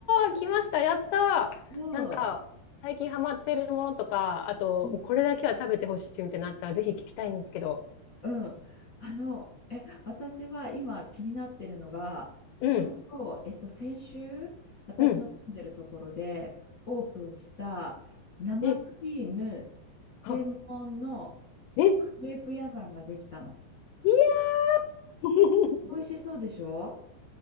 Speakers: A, on the left; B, on the left.
A: ー、来ました、やったー。
B: もう
A: なんか、最近ハマってるものとか、あと、
B: うん。
A: もうこれだけは食べてほしいみたいなのあったら、ぜひ聞きたいんですけど。
B: うん。あの、え、私は今気になってるのが、
A: うん、
B: ちょうど、えっと、先週、私の住んでるところでオープンした生クリーム専門の
A: うん。え、は、え、
B: クレープ屋さんができたの。
A: いやー
B: で、美味しそうでしょ
A: <laughs>